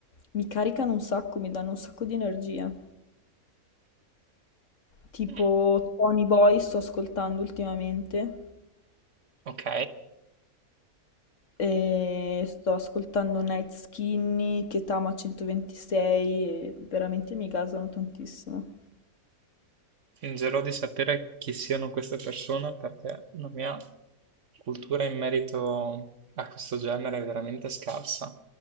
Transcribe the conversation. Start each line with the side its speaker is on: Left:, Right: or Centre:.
Left: mi caricano un sacco, mi danno un sacco di energia. Tipo
Right: Mm,
Left: Tony Boy sto ascoltando ultimamente.
Right: ok.
Left: E sto ascoltando Night Skinny, Ketama 126, e veramente mi gasano tantissimo.
Right: Fingerò di sapere chi siano queste persone perché la mia cultura in merito a questo genere è veramente scarsa.